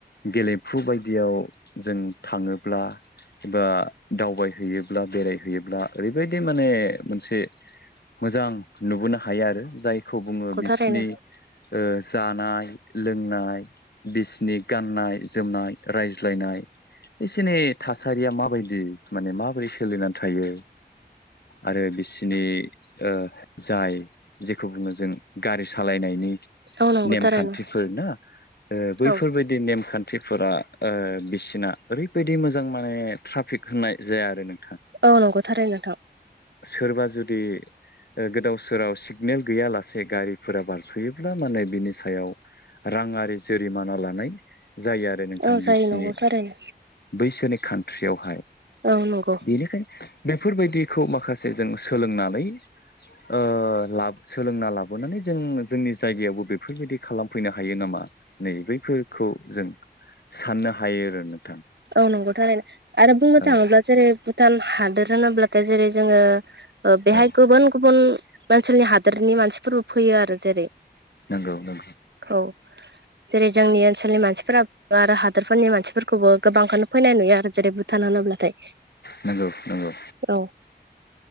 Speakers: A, on the left (about 70°); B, on the right (about 85°).
A: गेलेमफु बायदियाव जों थाङोब्ला एबा दावबायहैयोब्ला बेरायहैयोब्ला ओरैबायदि माने मोनसे मोजां नुबोनो हायो आरो जायखौ बुङो बि
B: बेरायनो
A: ओ जानाय लोंनाय बिसिनि गाननाय जोमनाय रायज्लायनाय एसे एनै थासारिया माबायदि माने माबोरै सोलिनानै थायो आरो बिसनि ओ जाय जेखौ बुङो जों गारि सालायनायनि
B: औ नंगौ
A: नेमखान्थिफोर
B: थारैनो
A: ना ओ बैफोरबायदि
B: औ
A: नेमखान थिफोरा ओ बिसिना ओरैबायदि मोजां माने ट्राफिक होननाय जाया आरो नों
B: औ नंगौ थारैनो नोंथां।
A: सोरबा जुदि ओ गोदाव सोराव सिगनेल गैया लासे गारिफोरा बारस'योब्ला माने बिनि सायाव राङारि जुरिमाना लानाय जायो आरो नोंथां
B: औ जायो
A: बिसिनि
B: नंगौ थारैनो
A: बैसोरनि कान्ट्रियावहाय
B: औ नंगौ।
A: बेनिखायनो बेफोरबायदिखौ माखासे जों सोलोंनानै ओ ला सोलोंना ला बोनानै जों जोंनि जायगायावबो बेफोरबायदि खालामफैनो हायो नामा नै बैफोरखौ जों साननो हायो आरो ना।
B: औ नंगौ थारैनो आरो बुंनो
A: औ
B: थाङोब्ला जेरै भुटान हादोर होनोब्लाथाय जेरै जोङो ओ बेहाय
A: औ
B: गुबुन गुबुन ओनसोलनि हादोरनि मानसिफोरबो फैयो आरो जेरै
A: नोंगौ नों
B: औ जेरै जोंनि ओनसोलनि मानसिफोरो आरो हादोरफोरनि मानसिफोरखौबो गोबांखौनो फैनाय नुयो आरो जेरै भुटान होनोब्लाथाय।
A: नंगौ नंगौ।
B: औ